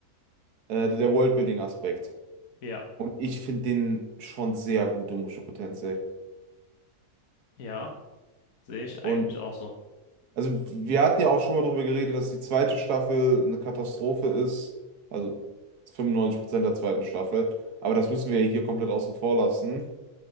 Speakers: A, on the right (about 80°); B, on the left (about 65°).
A: äh, der Worldbuilding-Aspekt.
B: Ja,
A: Und ich finde den schon sehr gut in Mushoku Tensei.
B: ja, sehe ich
A: Und
B: eigentlich auch so.
A: also wir hatten ja auch schon mal darüber geredet, dass die zweite Staffel eine Katastrophe ist. Also 95% der zweiten Staffel. Aber das müssen wir ja hier komplett außen vor lassen.